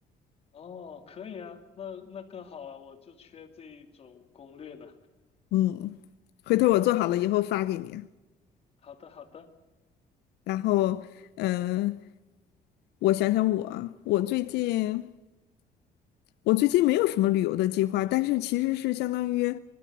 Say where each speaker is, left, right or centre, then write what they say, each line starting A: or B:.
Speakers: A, on the left; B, on the left.
A: 哦，可以啊，那那更好了，我就缺这一种攻略呢。
B: 嗯，回头我做好了以后发给你啊。
A: <laughs> 好的，好的。
B: 然后，嗯，我想想我啊我最近我最近没有什么旅游的计划，但是其实是相当于，